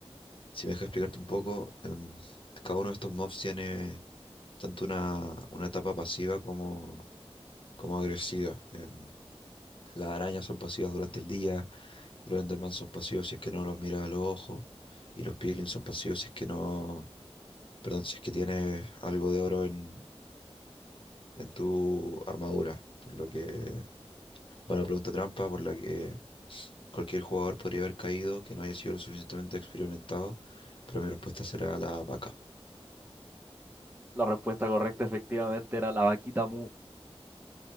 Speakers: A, on the left (about 55°); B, on the right (about 20°).
A: si me dejas explicarte un poco, em, cada uno de estos mobs tiene tanto una, una etapa pasiva como, como agresiva. Em, las arañas son pasivas durante el día, los Enderman son pasivos si es que no los miras a los ojos, y los Piglins son pasivos si es que no, perdón, si es que tienes algo de oro en, en tu armadura, por lo que Bueno, pregunta trampa por la que cualquier jugador podría haber caído que no haya sido lo suficientemente experimentado, pero mi respuesta será la vaca.
B: La respuesta correcta efectivamente era la vaquita Mu,